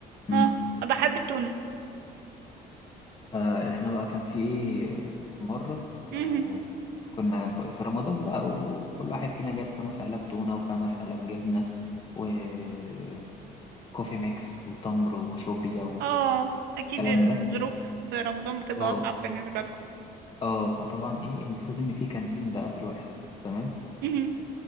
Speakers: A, on the left; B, on the right.
A: امم
B: اه بحب التونة
A: فاحنا بقى كان في ايه في مرة
B: مهم.
A: آه، كنا في رمضان بقى وكل واحد فينا جاب خمس علب تونة وخمس علب جبنة وكوفي ميكس وتمر وسوبيا
B: اه أكيد
A: والكلام
B: الظروف
A: ده
B: في رمضان بتبقى
A: اه
B: أصعب بالنسبة لكم
A: اه فطبعا ايه المفروض ان في كانتين بقى في الواحد تمام
B: مهم.